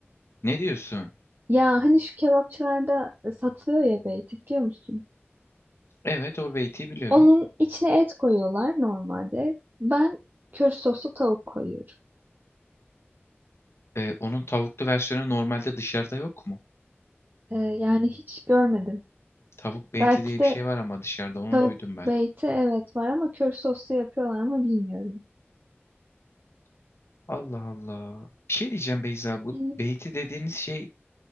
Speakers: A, on the left; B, on the right.
A: Ne diyorsun?
B: Ya hani şu kebapçılarda e, satılıyor ya beyti biliyor musun?
A: Evet o beyti biliyorum.
B: Onun içine et koyuyorlar normalde. Ben kür soslu tavuk koyuyorum.
A: Ee, onun tavuklu versiyonu normalde dışarıda yok mu?
B: Ee, yani hiç görmedim.
A: Tavuk beyti
B: Belki
A: diye
B: de
A: bir şey var ama dışarıda onu
B: tavuk
A: duydum ben.
B: beyti evet var ama kür soslu yapıyorlar mı bilmiyorum.
A: Allah Allah. Bir şey diyeceğim Beyza bu
B: Hı.
A: beyti dediğiniz şey